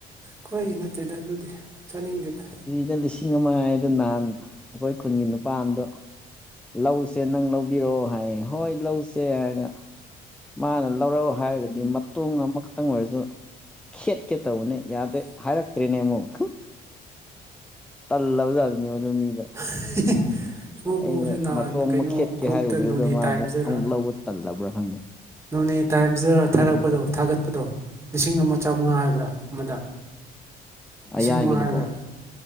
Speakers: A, on the right (about 15°); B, in the centre.
A: ꯈꯣꯏ ꯅꯠꯇꯦꯗ ꯑꯗꯨꯗꯤ ꯆꯥꯅꯤꯡꯗꯦꯗ
B: ꯗꯥ ꯂꯤꯁꯤꯡ ꯑꯃ ꯍꯥꯏꯗꯣ ꯅꯍꯥꯟ ꯑꯈꯣꯏ ꯈꯨꯟꯒꯤ ꯅꯨꯄꯥ ꯑꯝꯗꯣ ꯂꯧꯁꯦ ꯅꯪ ꯂꯧꯕꯤꯔꯣ ꯍꯥꯏꯌꯦ ꯍꯣꯏ ꯂꯧꯁꯦ ꯍꯥꯏꯔꯒ ꯃꯥꯅ ꯂꯧꯔꯛꯑꯣ ꯍꯥꯏꯔꯒꯗꯤ ꯃꯇꯣꯡ ꯑꯃꯈꯛꯇꯪ ꯑꯣꯏꯔꯁꯨ ꯈꯦꯠꯀꯦ ꯇꯧꯕꯅꯦ ꯌꯥꯗꯦ ꯍꯥꯏꯔꯛꯇ꯭ꯔꯤꯅꯦ ꯑꯃꯨꯛ ꯇꯜꯂꯕ ꯖꯥꯠꯅꯤꯅꯦ ꯃꯗꯨꯅ ꯃꯤꯗꯣ
A: <unintelligible>
B: ꯑꯩꯅ
A: ꯅꯍꯥꯟ
B: ꯃꯇꯣꯡ ꯑꯃ
A: ꯀꯩꯅꯣ
B: ꯈꯦꯠꯀꯦ
A: ꯒ꯭ꯔꯨꯞꯇ
B: ꯍꯥꯏꯔꯨꯕꯗꯨꯗ
A: ꯅꯣꯅꯦ
B: ꯃꯥꯗꯤ
A: ꯇꯥꯏꯝꯁꯇꯔ
B: ꯑꯃꯨꯛ ꯂꯧꯕ ꯇꯜꯂꯕ꯭ꯔꯥ ꯈꯪꯗꯦ
A: ꯅꯣꯅꯦ ꯇꯥꯏꯝꯖꯔ ꯊꯥꯔꯛꯄꯗꯣ ꯊꯥꯒꯠꯄꯗꯣ ꯂꯤꯁꯤꯡ ꯑꯃꯥ ꯆꯝꯉꯥ ꯍꯥꯏꯕ꯭ꯔꯥ ꯑꯃꯗ ꯂꯤꯁꯤꯡ
B: ꯑꯌꯥꯏꯕꯗꯨꯕꯣ
A: ꯑꯃꯥ ꯍꯥꯏꯕ꯭ꯔꯥ